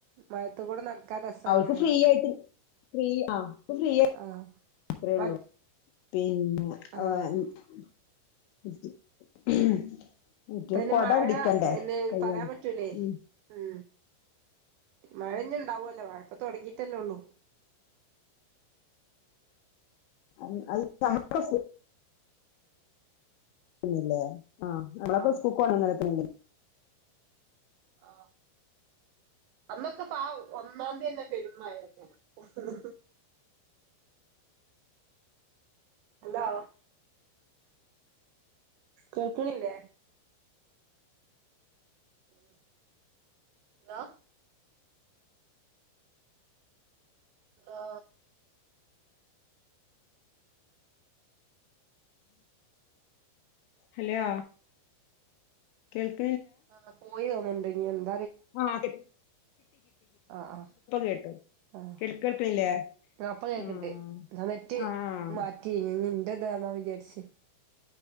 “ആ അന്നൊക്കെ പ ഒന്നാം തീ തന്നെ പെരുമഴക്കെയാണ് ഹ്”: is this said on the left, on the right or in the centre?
Right